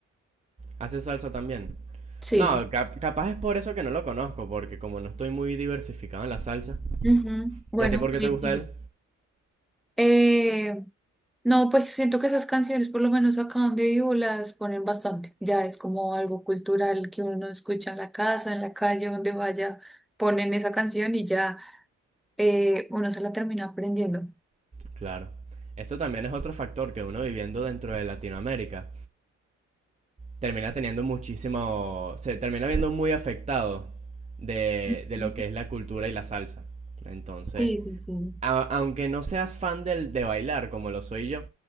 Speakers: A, on the right; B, in the centre.
A: ¿Hace salsa también?
B: Sí.
A: No, cap- capaz es por eso que no lo conozco, porque como no estoy muy diversificado en la salsa.
B: Ujú. Bueno,
A: ¿Y a ti por qué te
B: ahí
A: gusta
B: tiene.
A: él?
B: eh, no, pues siento que esas canciones, por lo menos acá donde vivo, las ponen bastante. Ya es como algo cultural que uno escucha en la casa, en la calle, donde vaya, ponen esa canción y ya. eh, uno se la termina aprendiendo.
A: Claro. Eso también es otro factor que uno viviendo dentro de Latinoamérica termina teniendo muchísimo, se termina viendo muy afectado de,
B: Ujú.
A: de lo que es la cultura y la salsa. Entonces,
B: Sí, sí, sí.
A: a- aunque no seas fan del, de bailar como lo soy yo,